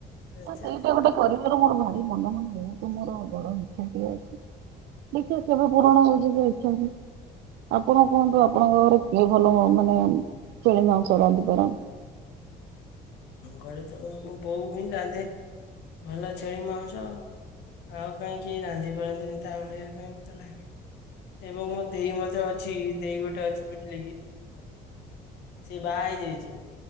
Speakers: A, on the left (about 80°); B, on the right (about 75°).
A: ଆଚ୍ଛା
B: ସେଇଟା ଗୋଟେ କରିବାର ମୋର ଭାରି ମନ ମନ ବହୁତ ମୋର ବଡ ଇଚ୍ଛାଟିଏ। ଦେଖିବା କେବେ ପୁରଣ ହଉଛି ସେ ଇଛା ଆପଣ କୁହନ୍ତୁ ଆପଣଙ୍କ ଘରେ କିଏ ଭଲ ମାନେ ଛେଳି ମାଂସ ରାନ୍ଧି ପାରନ୍ତି।
A: ଘରେ ତ ମୋ ବୋଉ ହିଁ ରାନ୍ଧେ ଭଲ ଛେଳି ମାଂସ ଆଉ। ଆଉ କାହିଁ କେହି ରାନ୍ଧି ପାରନ୍ତିନି ତା ଭଳିଆ କାଇଁ ମତେ ଲାଗେନି। ଏବଂ ମୋ ଦେଇ ମତେ ଅଛି ଦେଇ ଗୋଟେ ଅଛି ବୁଝିଲେକି। ସିଏ ବାହା ହେଇଯାଇଛି